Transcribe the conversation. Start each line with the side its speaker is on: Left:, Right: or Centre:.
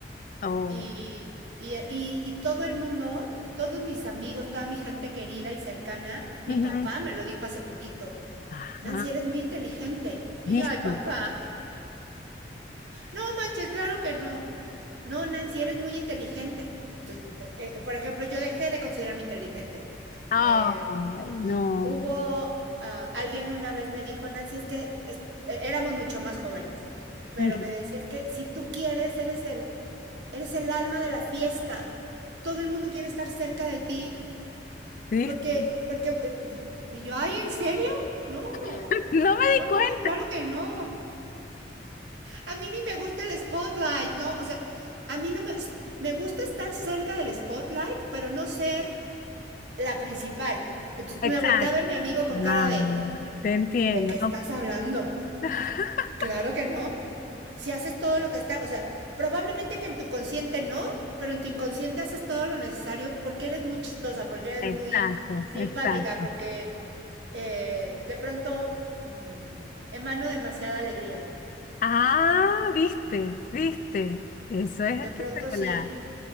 Left: Oh,
Right: Y, y- y- y todo el mundo, todos mis amigos, toda mi gente querida y cercana, mi
Left: ujú.
Right: papá me lo dijo hace poquito,
Left: Ajá.
Right: Nancy, eres muy inteligente. Y
Left: ¿Viste?
Right: yo, ay, papá, no manches, claro que no. No, Nancy, eres muy inteligente. Entonces, eh, por ejemplo, yo dejé de considerarme inteligente.
Left: Ay,
Right: Eh,
Left: no.
Right: Hubo, uh, alguien una vez me dijo, Nancy, es que es, e, éramos mucho más jóvenes, pero
Left: Ok,
Right: me decía, es que si tú quieres, eres el, eres el alma de la fiesta. Todo el mundo quiere estar cerca de ti,
Left: ¿Viste?
Right: porque, porque, eh, y yo, ay, ¿en serio? No,
Left: <laughs> No me di
Right: no,
Left: cuenta.
Right: claro que no. A mí ni me gusta el spotlight, ¿no? O sea, a mí no me, me gusta estar cerca del spotlight, pero no ser la principal. Entonces
Left: Exacto.
Right: me volteé a ver a mi amigo con cara
Left: Ah,
Right: de,
Left: te entiendo.
Right: ¿De qué estás
Left: No.
Right: hablando?
Left: <laughs>
Right: Claro que no. Si haces todo lo que está, o sea, probablemente que en tu consciente no, pero en tu inconsciente haces todo lo necesario porque eres muy chistosa, porque eres
Left: Exacto,
Right: muy simpática,
Left: exacto.
Right: porque eh, de pronto mmm, emano demasiada alegría.
Left: Ah, viste, viste. Eso es
Right: De
Left: espectacular.
Right: pronto sí,